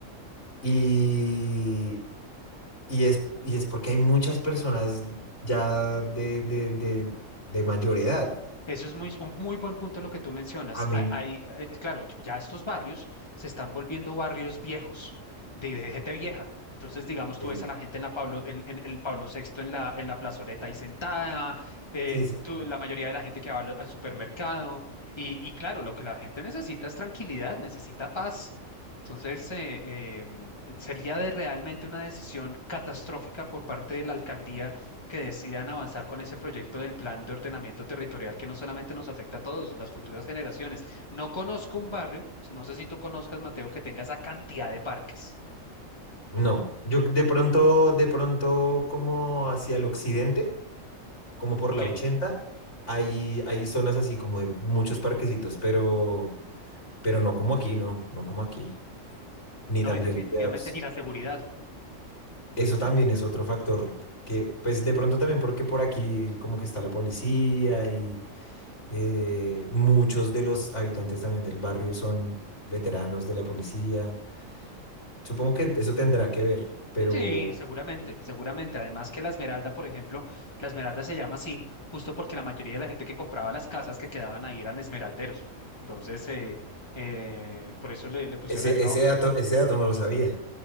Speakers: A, on the left; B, on the left.
A: Y, y es, y es porque hay muchas personas ya de, de, de, de mayor edad.
B: Eso es muy, un muy buen punto lo que tú mencionas.
A: A mí,
B: Ha- Hay, eh, claro, ya estos barrios se están volviendo barrios viejos, de, de gente vieja. Entonces, digamos, tú
A: Sí.
B: ves a la gente en la Pablo, en, en- en el Pablo Sexto en la, en la plazoleta ahí sentada, eh,
A: Sí, sí, sí.
B: tú- la mayoría de la gente que va al, al supermercado. Y, y claro, lo que la gente necesita es tranquilidad, necesita paz. Entonces, eh, em, sería de realmente una decisión catastrófica por parte de la alcaldía que decidan avanzar con ese proyecto del plan de ordenamiento territorial que no solamente nos afecta a todos, las futuras generaciones. No conozco un barrio, no sé si tú conozcas, Mateo, que tenga esa cantidad de parques.
A: no. Yo de pronto, de pronto, como hacia el occidente. como por
B: Ok,
A: la 80, hay, hay zonas así como de muchos parquecitos, pero, pero no como aquí, no, no como aquí, ni
B: no,
A: tan
B: y definitivamente.
A: bien cuidados.
B: Y la seguridad.
A: Eso también es otro factor que, pues de pronto también porque por aquí como que está la policía y eh, muchos de los habitantes también del barrio son veteranos de la policía. Supongo que eso tendrá que ver, pero
B: Sí, seguramente, seguramente. Además que la Esmeralda, por ejemplo, la Esmeralda se llama así justo porque la mayoría de la gente que compraba las casas que quedaban ahí eran esmeralderos. Entonces, eh, eh, por eso le, le pusieron
A: ese,
B: el nombre.
A: ese dato, ese dato no lo sabía.